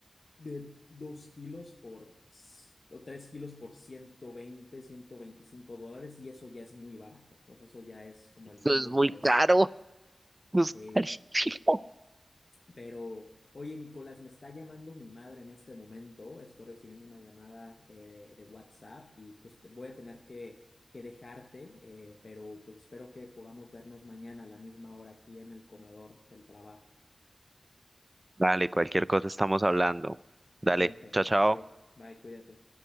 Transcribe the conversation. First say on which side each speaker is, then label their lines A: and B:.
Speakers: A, on the left; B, on the right.
A: de 2 kilos por, c- o 3 kilos por ciento veinte ciento veinticinco dólares y eso ya es muy barato. O sea, eso ya es como
B: Eso
A: el- un
B: es
A: buen
B: muy
A: precio.
B: caro. Pues,
A: Eh,
B: <laughs>
A: Pero, oye, Nicolás, me está llamando mi madre en este momento. Estoy recibiendo una llamada eh, de, de WhatsApp y pues te- voy a tener que, que dejarte, eh, pero pues espero que podamos vernos mañana a la misma hora aquí en el comedor del trabajo.
B: Dale, cualquier cosa estamos hablando. Dale,
A: Perfecto.
B: chao, chao.
A: Cuí- Bye, cuídate.